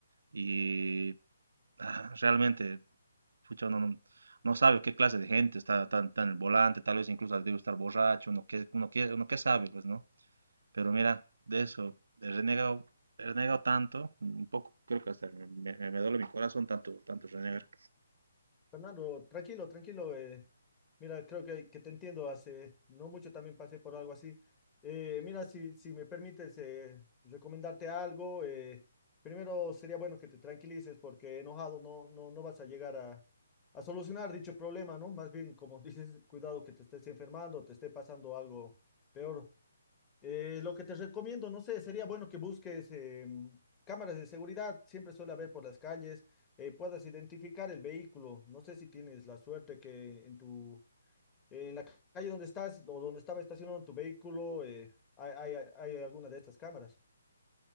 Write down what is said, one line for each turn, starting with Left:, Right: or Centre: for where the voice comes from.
Right: y ah, realmente, pucha, uno no, no sabe qué clase de gente está tan, tan en el volante, tal vez incluso debe estar borracho, uno que, uno que, uno qué sabe, pues, ¿no? Pero mira, de eso, he renegado, he renegado tanto, un poco, creo que hasta me, me- me duele mi corazón tanto, tanto renegar.
Left: Fernando, tranquilo, tranquilo. eh, mira, creo que, que te entiendo. Hace no mucho también pasé por algo así. Eh, mira, si, si me permites eh, recomendarte algo, eh, primero sería bueno que te tranquilices porque enojado no, no, no vas a llegar a, a solucionar dicho problema, ¿no? Más bien, como <laughs> dices, cuidado que te estés enfermando, te esté pasando algo peor. Eh, lo que te recomiendo, no sé, sería bueno que busques em, cámaras de seguridad, siempre suele haber por las calles, eh, puedas identificar el vehículo. No sé si tienes la suerte que en tu, eh, en la calle donde estás o donde estaba estacionado tu vehículo, eh, hay, hay hay alguna de estas cámaras.